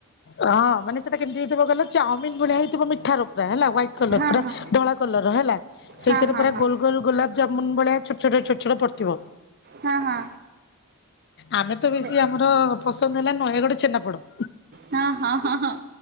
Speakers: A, on the left; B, on the right.
A: ହଁ ମାନେ ସେଟା କେମିତି ହେଇଥିବ କାହିଲ ଚାଉମିନ ଭଳିଆ ହେଇଥିବ ମିଠା ରା ପୁରା। ଲର
B: ହଁ
A: ପୁରା
B: ହଁ
A: ଧଳା କଲର ହେଲା ସେଇଥିରେ
B: ହଁ ହଁ
A: ପା
B: ହଁ
A: ଗୋଲ ଗୋଲ ଗୋଲାପ ଜାମୁନ ଭଳିଆ ଛୋଟ ଛୋଟ ଛୋଟ ଛୋଟ ହେଇ ଥିବା।
B: ହଁ ହଁ
A: ଆମେ ତ ବେଶୀ
B: ସେ
A: ଆମର ପସନ୍ଦ ହେଲା ନୟାଗଡ ଛେନାପୋଡ।
B: ହଁ ହଁ ହଁ ହଁ